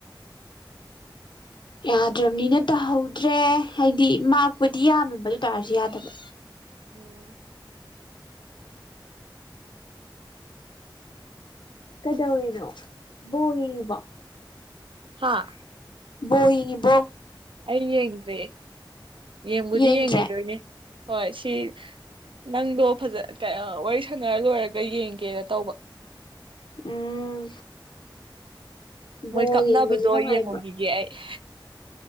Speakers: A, on the left; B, on the right.
A: ꯌꯥꯗ꯭ꯔꯝꯅꯤꯅ ꯇꯧꯍꯧꯗ꯭ꯔꯦ ꯍꯥꯏꯗꯤ ꯃꯥꯛꯔꯄꯨꯗꯤ ꯌꯥꯝꯃꯕ ꯑꯗꯨꯏ ꯇꯥꯔꯁꯨ ꯌꯥꯗꯕ
B: ꯑꯣ
A: ꯀꯩꯗꯧꯔꯤꯅꯣ ꯕꯣꯜ ꯌꯦꯡꯉꯤꯕ‌ꯣ
B: ꯍꯥ
A: ꯕ‌ꯣꯜ ꯌ‌ꯦꯡꯉꯤꯕ‌ꯣ
B: ꯑꯩ ꯌꯦꯡꯗ꯭ꯔ‌ꯦ ꯌꯦꯡꯕꯨꯗꯤ
A: ꯌꯦꯡꯗ꯭ꯔꯦ
B: ꯌꯦꯡꯈꯤꯗꯣꯏꯅꯦ ꯍꯣꯏ ꯁꯤ ꯅꯪꯗꯣ ꯐꯖ ꯀꯩ ꯋꯥꯔꯤ ꯁꯥꯟꯅ ꯂꯣꯏꯔꯒ ꯌꯦꯡꯒꯦꯅ ꯇꯧꯕ
A: ꯎꯝ ꯕꯣꯜ
B: ꯃꯣꯏ ꯀꯞꯅꯕꯗꯣ
A: ꯌꯦꯡꯕꯁꯦ ꯅꯨꯡꯉꯥꯏꯕ꯭ꯔ‌ꯣ
B: <unintelligible>